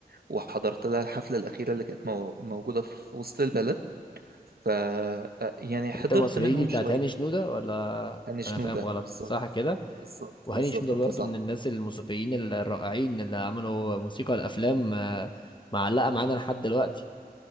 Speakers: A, on the right (about 70°); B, on the left (about 30°).
A: وحضرت لها الحفلة الأخيرة اللي كانت مو- موجودة في وسط البلد ف يعني حضرت
B: انت مصريين
A: منهم
B: دي بتاعت
A: شوية
B: هاني شنوده ولا
A: هاني شنودة
B: انا فاهم غلط
A: بالظبط
B: صح كده
A: بالظبط
B: وهاني
A: بالظبط
B: شنوده برضو
A: انت صح
B: من الناس الموسيقيين الرائعين اللي عملوا موسيقى الافلام آه، معلقه معانا لحد دلوقتي